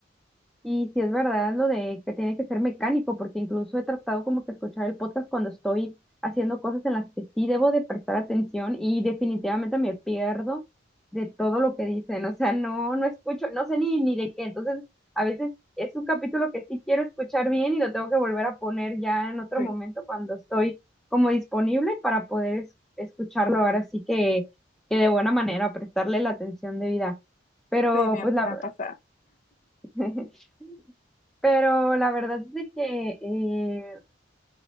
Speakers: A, in the centre; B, on the left (about 40°).
A: Y si es verdad lo de que tiene que ser mecánico, porque incluso he tratado como que escuchar el podcast cuando estoy haciendo cosas en las que sí debo de prestar atención y definitivamente me pierdo de todo lo que dicen. O sea, no, no escucho, no sé ni, ni de qué. Entonces, a veces es un capítulo que sí quiero escuchar bien y lo tengo que volver a poner ya en otro
B: Sí,
A: momento cuando estoy como disponible para poder es- escucharlo ahora sí que, que de buena manera, prestarle la atención debida. Pero
B: sí, me
A: pues
B: ha,
A: la...
B: me ha pasado.
A: <laughs> Pero la verdad es de que eh,